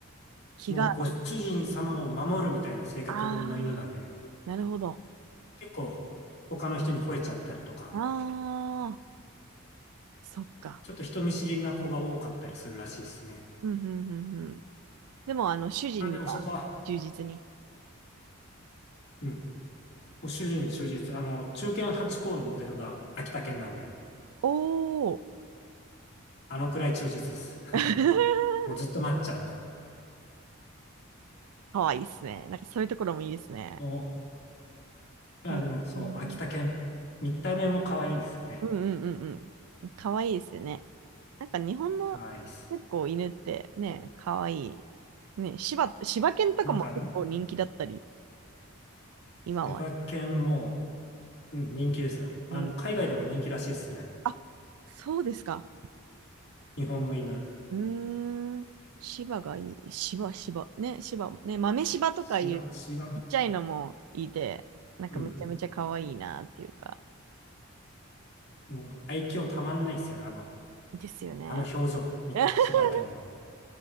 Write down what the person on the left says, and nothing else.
もうご主人様を守るみたいな性格の犬なんで、
結構他の人に吠えちゃったりとか、
ちょっと人見知りな子が多かったりするらしいですね。
あ、でもそこは、うん、もう主人に忠実。あの、中堅八校のモデルが秋田県なんで、
あのくらい忠実です。<laughs>
もうずっと待っちゃうみたい
な。おあ、
でもそう、秋田県、見た目も可愛いですよね。
可愛いです。
なんか、
千葉県も、うん、人気ですよ。あの、
海外でも人気らしいですね。
日本の犬。
芝、芝も、
うん。もう愛嬌たまんないですよね。あの、
あの表情、み千葉県の。